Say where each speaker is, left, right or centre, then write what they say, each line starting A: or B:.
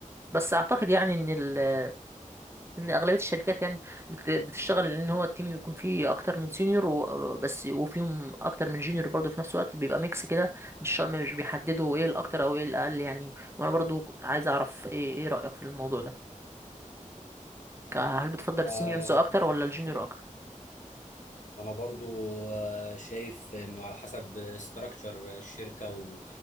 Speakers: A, on the right; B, on the left.
A: بس أعتقد يعني إن ال إن أغلبية الشركات يعني بت- بتشتغل إن هو التيم يكون فيه أكتر من سينيور و- بس وفيهم أكتر من جونيور برضه في نفس الوقت بيبقى ميكس كده مش شا- مش بيحددوا إيه الأكتر أو إيه الأقل يعني وأنا برضه عايز أعرف إيه إيه رأيك في الموضوع ده ك- هل بتفضل السينيورز
B: آه،
A: أكتر ولا الجونيور أكتر؟
B: انا برضو آه، شايف انه على حسب استراكشر الشركه و...